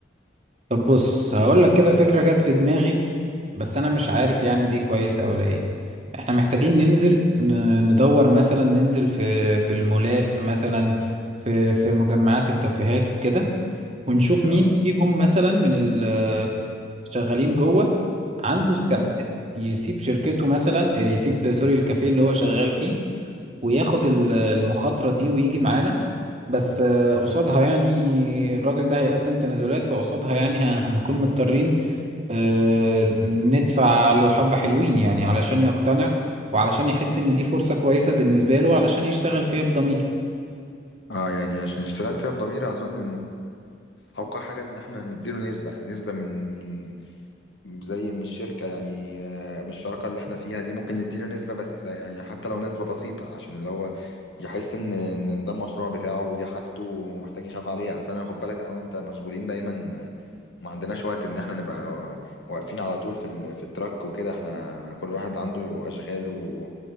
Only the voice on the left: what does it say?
اه
مم.
اه يعني عشان اشتغلت فيها بضميري اظن اوقع حاجه ان احنا نديله نسبه نسبه من من- زي من الشركه يعني آه، من الشراكه اللي احنا فيها دي ممكن نديله نسبه بس آه، يعني حتى لو نسبه بسيطه عشان اللي هو يحس ان ان ده المشروع بتاعه ودي حاجته ومحتاج يخاف عليها اصل انا خد بالك انا وانت مشغولين دايما آه، ما عندناش وقت ان احنا نبقى وا- واقفين على طول في ال- في التراك وكده احنا كل واحد عنده اشغاله و-